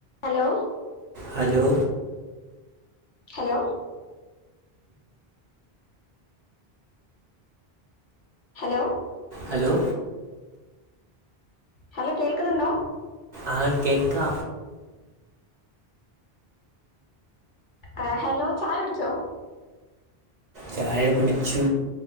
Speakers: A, on the left; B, on the right.
A: Hello
B: hello
A: hello hello
B: hello
A: hello കേൾക്കുന്നുണ്ടോ?
B: ആഹ് കേക്കാ.
A: ഏഹ് ഹെലോ ചായുടിച്ചോ?
B: ചായ കുടിച്ചു.